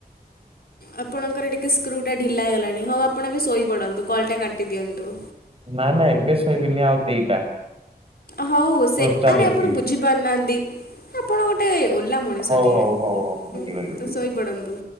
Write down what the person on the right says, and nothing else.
ନା ନା ଏବେ ଶୋଇବିନି ଆଉ ଦିଟା।
ପୃଷ୍ଠା
ଲେଖିବି
ହଉ
ହଉ ହଉ ହଉ
ବୁଝିଗଲି
ବୁଝିଗଲି।